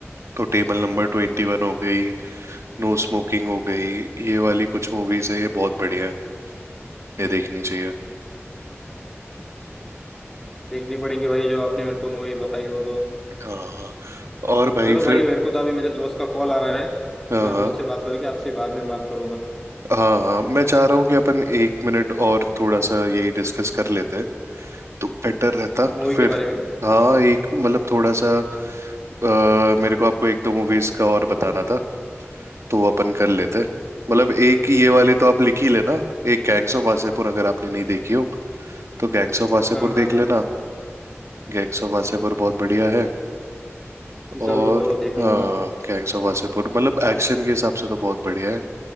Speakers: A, on the right (about 75°); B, in the centre.
A: तो टेबल नंबर ट्वेंटी वन हो गई नो स्मोकिंग हो गई ये वाली कुछ मूवीज है ये बहुत बढ़िया है ये देखनी चाहिए
B: देखनी पड़ेंगे भाई जो आपने मेरे को मूवी बताई हो तो
A: हाँ और भाई
B: चलो भाई
A: फिर
B: मेरे को तो अभी मेरे दोस्त का कॉल आ रहा है
A: हाँ
B: मैं अभी उससे बात करके आपसे बाद में बात करूंगा
A: हाँ हाँ मैं चाह रहा हूँ कि अपन एक मिनट और थोड़ा सा यही डिस्कस कर लेते हैं तो बेटर रहता
B: मूवी
A: फिर
B: के बारे में
A: हाँ एक मतलब थोड़ा सा अ, मेरे को आपको एक दो मूवीज का और बताना था तो अपन कर लेते हैं। मतलब एक ये वाले तो आप लिख ही लेना एक गैंग्स ऑफ वासेपुर अगर आपने नहीं देखी हो तो गैंग्स ऑफ वासेपुर
B: हाँ हाँ
A: देख
B: हाँ
A: लेना गैंग्स ऑफ वासेपुर बहुत बढ़िया है और
B: जरूर जरूर देख
A: हाँ
B: लूंगा
A: गैंग्स ऑफ वासेपुर मतलब एक्शन के हिसाब से तो बहुत बढ़िया है